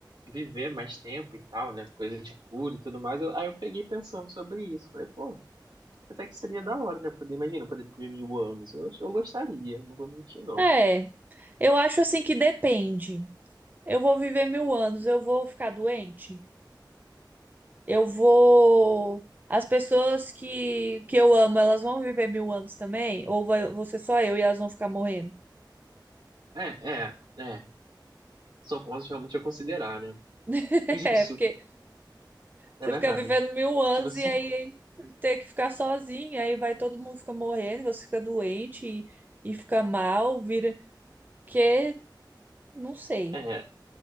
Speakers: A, on the right; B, on the right.
A: viver mais tempo e tal, né? Coisa de cura e tudo mais. Eu- Aí eu peguei pensando sobre isso. Falei, pô, até que seria da hora, né? Poder, imagina, poder viver mil anos. Eu, acho- eu gostaria, não vou mentir, não.
B: É, eu acho assim que depende. Eu vou viver mil anos, eu vou ficar doente? Eu vou. As pessoas que, que eu amo, elas vão viver mil anos também? Ou vai, vou ser só eu e elas vão ficar morrendo?
A: É, é, é. São pontos realmente a considerar, né?
B: <laughs>
A: E digo,
B: É,
A: isso
B: porque
A: é
B: você
A: verdade.
B: fica vivendo mil anos
A: Tipo assim,
B: e aí ter que ficar sozinha, aí vai todo mundo fica morrendo, você fica doente e, e fica mal, vira. Que, não sei.
A: é,